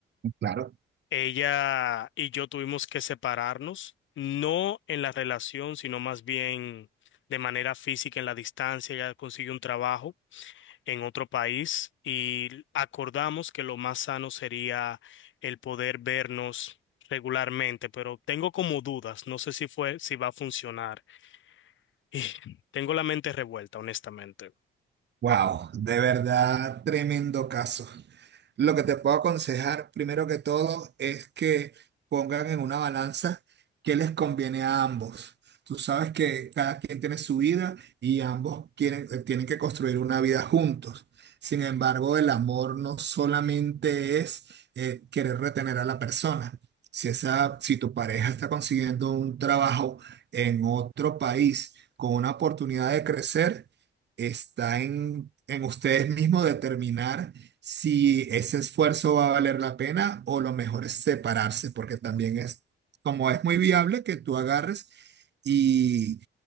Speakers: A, on the right; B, on the left.
A: Claro.
B: Ella y yo tuvimos que separarnos, no en la relación, sino más bien de manera física, en la distancia, ella consiguió un trabajo. en otro país y acordamos que lo más sano sería el poder vernos regularmente, pero tengo como dudas, no sé si fue, si va a funcionar. <laughs> Y tengo la mente revuelta, honestamente.
A: Wow, de verdad, tremendo caso. Lo que te puedo aconsejar, primero que todo, es que pongan en una balanza qué les conviene a ambos. Tú sabes que cada quien tiene su vida y ambos quieren, eh, tienen que construir una vida juntos. Sin embargo, el amor no solamente es eh, querer retener a la persona. Si esa, si tu pareja está consiguiendo un trabajo en otro país con una oportunidad de crecer, está en, en ustedes mismos determinar si ese esfuerzo va a valer la pena o lo mejor es separarse, porque también es, como es muy viable que tú agarres y